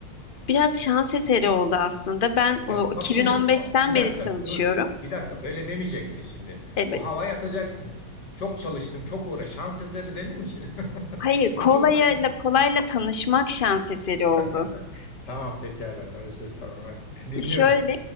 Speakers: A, on the left; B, on the left.
A: Biraz şans eseri oldu aslında. Ben o,
B: Ya
A: 2015'ten
B: bak şimdi bir
A: beri
B: dakika
A: çalışıyorum.
B: dur. Bir dakika böyle demeyeceksin şimdi.
A: Evet.
B: O havaya atacaksın. Çok çalıştım, çok uğra. Şans eseri denir mi şimdi? <laughs>
A: Hayır, kolayla
B: Bütün hadise.
A: kolayla tanışmak şans eseri oldu.
B: <laughs> Tamam pekala. tamam, Özür tamam hadi. <laughs> Dinliyorum.
A: Şöyle,